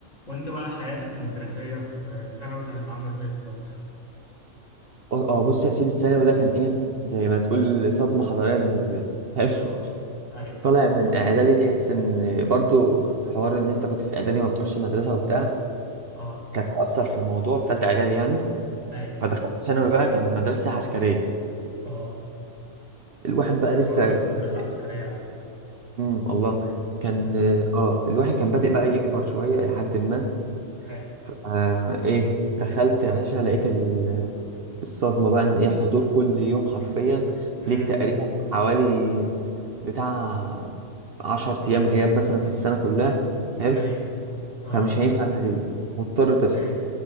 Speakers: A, on the left; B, on the right.
A: وانت بقى حياتك المدرسية في ثانوي كانت عاملة ازاي بالظبط؟
B: اه آه، بص يا سيدي الثانوي ده كان ايه زي ما تقول صدمة حضارية بالنسبة لي حلو
A: اه
B: <laughs>
A: اي
B: طالع من اعدادي تحس ان برضو حوار ان انت كنت في اعدادي ما بتروحش مدرسة وبتاع
A: اه
B: كانت مؤثر في الموضوع في تالتة اعدادي يعني
A: اي
B: فدخلت ثانوي بقى كان مدرسة عسكرية
A: اه
B: الواحد بقى
A: انا
B: لسه
A: برضه كنت في مدرسة
B: إيه،
A: عسكرية على فكرة
B: امم والله كان
A: اي
B: اه الواحد كان بادئ بقى يكبر شوية لحد ما
A: اي
B: ف- آه ايه دخلت يا باشا لقيت ال- الصدمة بقى ان ايه حضور كل يوم حرفيا
A: امم
B: ليك تقريبا حوالي بتاع عشر أيام غياب مثلا في السنة كلها حلو
A: اي اه
B: فمش هينفع تغيب مضطر تصحى
A: اي